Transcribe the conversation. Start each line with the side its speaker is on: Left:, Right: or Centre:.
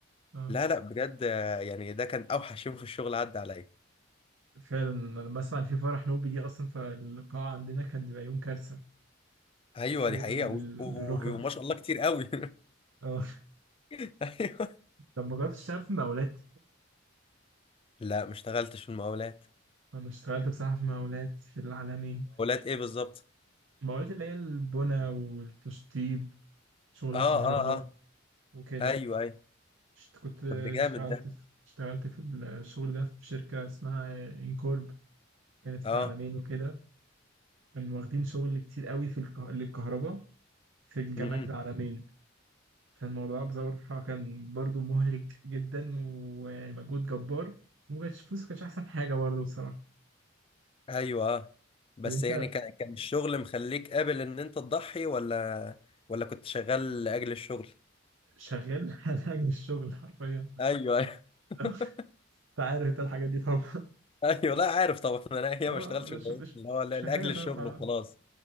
Right: اه
Left: لا لا بجد آه، يعني ده كان أوحش يوم في الشغل عدى عليا
Right: فعلا أنا لما اسمع ان في فرح نوبي دي اصلا فالقاعه عندنا كان بيبقى يوم كارثه
Left: أيوه
Right: شغل
Left: دي حقيقة و-
Right: لل-
Left: و-
Right: للركب
Left: وما شاء الله كتير قوي
Right: اه
Left: <laughs> أيوه
Right: طب ما جربتش تشتغل في مقاولات
Left: لا ما اشتغلتش في المقاولات
Right: انا اشتغلت بصراحه في مقاولات في العالمين
Left: مقاولات إيه بالظبط؟
Right: المقاولات اللي هي البنى والتشطيب شغل
Left: أه أه
Right: الكهرباء
Left: أه
Right: وكده
Left: أيوه أيوه
Right: اشت- كنت آه،
Left: طب ده جامد
Right: اشتغلت
Left: ده
Right: في اشتغلت في الشغل ده في شركة اسمها انكورب كانت في
Left: أه
Right: العالمين وكده كانوا واخدين شغل كتير قوي في الكه... للكهرباء في الجامعة
Left: مم.
Right: العالمين فالموضوع بصراحة كان برضو مهلك جدا ومجهود جبار ومكانش فلوس كانش أحسن حاجة برضو بصراحة
Left: ايوه بس
Right: طب أنت
Left: يعني كان كان الشغل مخليك قابل ان انت تضحي ولا ولا كنت شغال لاجل الشغل
Right: شغال <laughs> على أجل الشغل حرفيا
Left: ايوه ايوه <laughs>
Right: أنت عارف أنت الحاجات دي طبعا
Left: ايوه لا عارف طبعا انا هي
Right: اه
Left: ما اشتغلتش اللي
Right: مش مش
Left: هو لا-
Right: مش
Left: لاجل
Right: محتاجة شرح
Left: الشغل
Right: آه.
Left: وخلاص